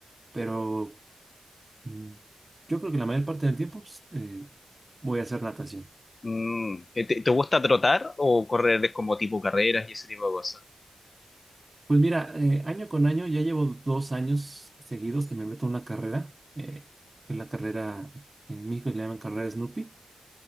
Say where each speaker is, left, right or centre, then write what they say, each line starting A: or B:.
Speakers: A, on the right (about 35°); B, on the left (about 55°).
A: pero mm, yo creo que la mayor parte del tiempo pues, eh, voy a hacer natación.
B: Mm, ¿Te, te gusta trotar o correr de- como tipo carreras y ese tipo de cosas?
A: Pues mira, eh, año con año ya llevo dos años seguidos que me meto en una carrera. eh, que es la carrera, en México le llaman carrera Snoopy